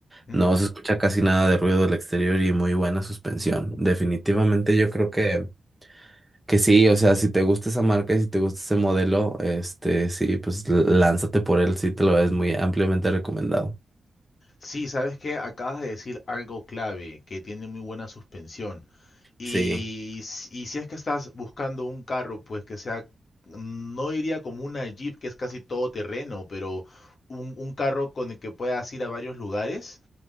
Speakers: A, on the left; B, in the centre.
A: ujú.
B: No se escucha casi nada de ruido del exterior y muy buena suspensión. Definitivamente yo creo que, que sí, o sea, si te gusta esa marca y si te gusta ese modelo, este, sí, pues lánzate por él, sí te lo es muy ampliamente recomendado.
A: Sí, sabes que acabas de decir algo clave, que tiene muy buena suspensión. Y,
B: Sí.
A: s- y si es que estás buscando un carro, pues que sea, no diría como una Jeep, que es casi todo terreno, pero un, un carro con el que puedas ir a varios lugares,